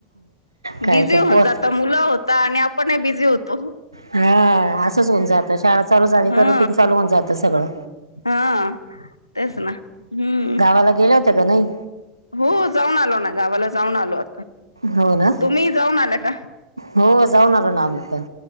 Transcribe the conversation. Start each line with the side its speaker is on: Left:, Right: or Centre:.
Right: काय
Left: बिझी
Right: ते
Left: होऊन
Right: पोरा
Left: जाता मुलं होता आणि आपण बिझी होतो
Right: हां असंच होऊन जातं शाळा चालू झाली,
Left: हा
Right: का रुटीन चालू होऊन जातं सगळं.
Left: हा तेच ना हम्म
Right: गावाला गेल्या होत्या, का नाही?
Left: हो जाऊन आलो, ना गावाला जाऊन आलो.
Right: हो ना
Left: तुम्ही जाऊन आला का
Right: हो जाऊन, आलो आम्ही पण.